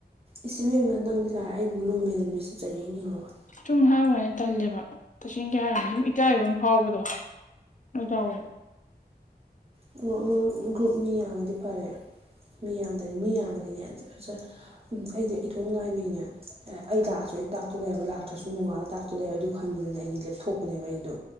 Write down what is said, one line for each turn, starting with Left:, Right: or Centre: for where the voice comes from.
Right: ꯏꯁ ꯏꯕꯦꯝꯃ ꯅꯪꯗꯤ ꯂꯥꯏꯔ ꯑꯩꯕꯨ ꯂꯨꯝꯃꯦꯅ ꯃꯤꯁꯅ ꯆꯩꯔꯩꯅꯤ ꯈꯪꯉꯕ
Left: ꯁꯨꯝ ꯍꯥꯏꯋꯥꯅꯤ ꯇꯜꯂꯦꯕ ꯇꯁꯦꯡꯀꯤ ꯍꯥꯏꯔꯒ ꯁꯨꯝ ꯏꯀꯥꯏꯕꯝ ꯐꯥꯎꯕꯗꯣ ꯑꯗꯨ ꯇꯧꯋꯦꯕ
Right: <unintelligible> ꯒ꯭ꯔꯨꯞ ꯃꯤ ꯌꯥꯝꯃꯗꯤ ꯐꯔꯦ ꯃꯤ ꯌꯥꯝꯗ꯭ꯔꯗꯤ ꯃꯤ ꯌꯥꯝꯃꯗꯤꯅꯦ ꯖꯔ ꯖꯔ ꯎꯝ ꯑꯩꯗꯤ ꯏꯊꯣꯡ ꯉꯥꯏꯕꯩꯅꯦ ꯑꯩ ꯂꯥꯛꯑꯁꯨ ꯑꯩ ꯇꯥꯛꯇꯧꯂꯩꯕ ꯂꯥꯛꯇ꯭ꯔꯁꯨ ꯅꯣꯡꯉꯥꯂꯒ ꯇꯥꯛ__ ꯂꯩ ꯑꯗꯨ ꯈꯟꯕꯗꯅꯦ ꯑꯩꯒꯤ ꯂꯦꯞꯊꯣꯛꯄꯅꯦꯕ ꯑꯩꯗꯣ